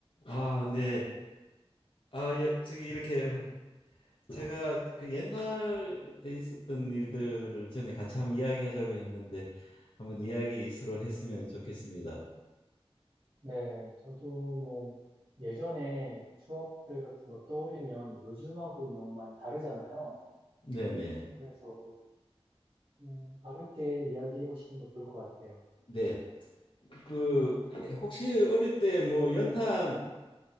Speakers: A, on the left; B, on the right.
A: 아, 네. 아, 여, 저기 이렇게 제가 그 옛날에 있었던 일들을 전에 같이 한번 이야기하자고 했는데 한번 이야기 서로 했으면 좋겠습니다.
B: 네, 저도 뭐 예전에 추억들 같은 거 떠올리면 요즘하고 너무 많이 다르잖아요.
A: 네네.
B: 그래서 음, 가볍게 이야기해 보시는 거 좋을 것 같아요.
A: 네. 그 혹시 어릴 때 뭐 연탄을